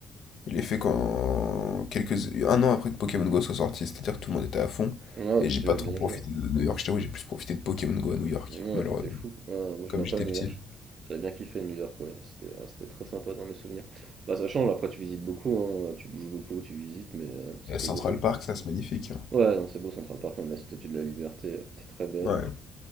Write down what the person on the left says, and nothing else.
Je l'ai fait quand... quelques... un an après que Pokémon Go soit sorti, c'est-à-dire que tout le monde était à fond,
et
j'ai
pas
trop
profité
de New York, je t'avoue, j'ai plus profité de Pokémon Go à New York,
malheureusement.
comme
j'étais
petit.
Et à
Central
Park, ça, c'est magnifique. hein.
Ouais.